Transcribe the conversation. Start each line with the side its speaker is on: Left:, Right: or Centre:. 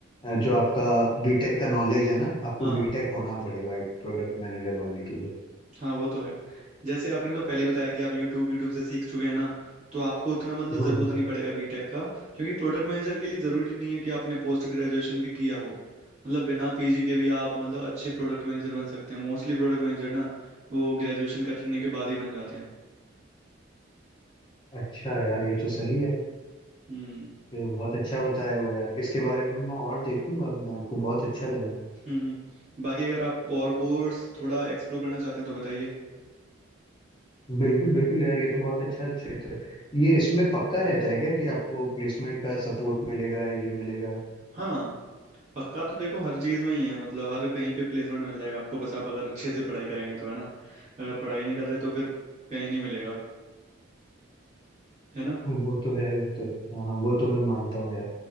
Left: अ, जो आपका बीटेक का नॉलेज है ना आपको
Right: हाँ।
Left: बीटेक होना पड़ेगा एक प्रोडक्ट मैनेजर बनने के लिए
Right: हाँ वो तो है जैसे आपने तो पहले ही बताया कि आप YouTube YouTube से सीख चुके हैं ना तो आपको उतना मतलब
Left: हम्म,
Right: ज़रूरत नहीं पड़ेगा बीटेक का क्योंकि प्रोडक्ट मैनेजर के लिए ज़रूरी नहीं है कि आपने पोस्ट ग्रेजुएशन भी किया हो मतलब बिना पीजी के भी आप मतलब अच्छे प्रोडक्ट मैनेजर बन सकते हैं मोस्टली प्रोडक्ट मैनेजर ना वो ग्रेजुएशन करने के बाद ही बन जाते हैं
Left: अच्छा यार ये तो सही है
Right: हम्म
Left: ये तो बहुत अच्छा बताए हो यार इसके बारे में मैं और देखूंगा मेरे को बहुत अच्छा लगा
Right: हम्म बाकी अगर आप और कोर्स थोड़ा एक्सप्लोर करना चाहते हैं तो बताइए
Left: बिल्कुल बिल्कुल यार ये तो बहुत अच्छा क्षेत्र है ये इसमें पक्का रहता है क्या कि आपको प्लेसमेंट का सपोर्ट मिलेगा ये मिलेगा
Right: हाँ पक्का तो देखो हर चीज में ही है मतलब हर कहीं पे प्लेसमेंट मिल जाएगा आपको बस आप अगर अच्छे से पढ़ाई करेंगे तो है ना अगर पढ़ाई नहीं कर रहे तो फिर कहीं नहीं मिलेगा है ना
Left: वो तो है वो तो है हाँ हाँ वो तो मैं मानता हूँ यार